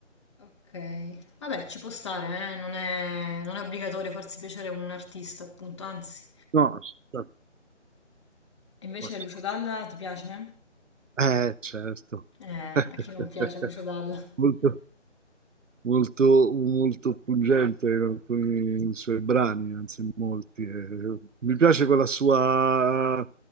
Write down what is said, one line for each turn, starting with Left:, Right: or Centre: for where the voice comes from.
Left: Ok, vabbè, ci può stare, eh, Non è, non è obbligatorio farsi piacere un artista, appunto, anzi.
Right: no, aspetta.
Left: E invece
Right: guarda.
Left: Lucio Dalla ti piace?
Right: eh, certo,
Left: Eh,
Right: <laughs>
Left: a chi non piace Lucio Dalla?
Right: molto. molto, molto pungente in alcuni suoi brani, anzi in molti. E mi piace quella sua